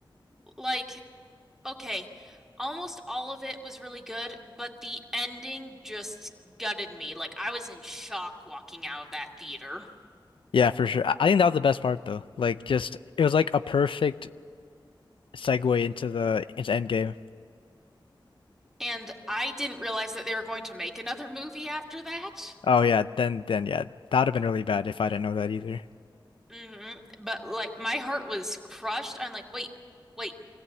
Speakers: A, in the centre; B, on the left (about 85°).
A: Like, okay, almost all of it was really good, but the ending just gutted me. Like, I was in shock walking out of that theater.
B: Yeah, for sure. I I think that was the best part though. Like just it was like a perfect segue into the into Endgame.
A: And I didn't realize that they were going to make another movie after that.
B: Oh yeah, then then yeah, that would have been really bad if I didn't know that either.
A: hmm But like, my heart was crushed. I'm like, wait, wait.